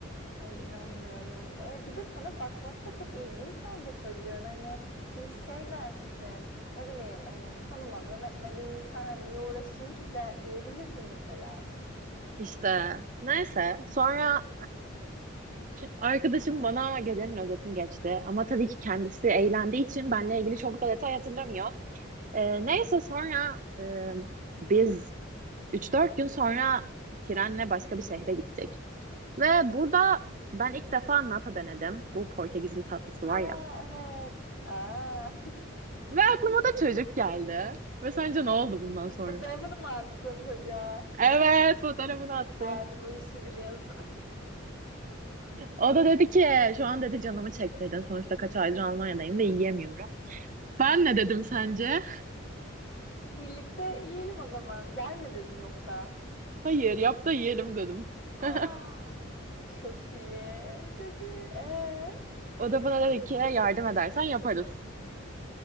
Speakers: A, on the left (about 65°); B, on the right (about 40°).
A: Ay inanmıyorum. E, bir de sana bakması da çok ilginç bence çocuğun hani çünkü şey dersin ne bileyim hani tanımadığım etmediğim insan niye uğraşayım ki de diyebilirdi mesela.
B: İşte neyse sonra arkadaşım bana gecenin özetini geçti. Ama tabii ki kendisi eğlendiği için benle ilgili çok da detay hatırlamıyor. Ee,
A: Hı hı.
B: neyse sonra e, biz üç dört gün sonra trenle başka bir şehre gittik. Ve burada ben ilk defa nata denedim. Bu Portekiz'in tatlısı var
A: Aa
B: ya.
A: evet. Aa.
B: Ve aklıma da çocuk geldi. Ve sence ne oldu bundan
A: <laughs>
B: sonra?
A: Fotoğrafını mı attın çocuğa?
B: Evet, fotoğrafını attım.
A: Sen bu işi biliyorsun.
B: O da dedi ki şu an dedi canımı çektirdin. Sonuçta kaç aydır Almanya'dayım ve yiyemiyorum. Ben
A: Hı hı.
B: ne dedim sence?
A: Birlikte yiyelim o zaman. Gel mi dedin yoksa? <gasps>
B: Hayır yap da yiyelim dedim.
A: Ah
B: <laughs>
A: Çok iyi. Çok iyi. Ee,
B: O da bana dedi ki yardım edersen yaparız.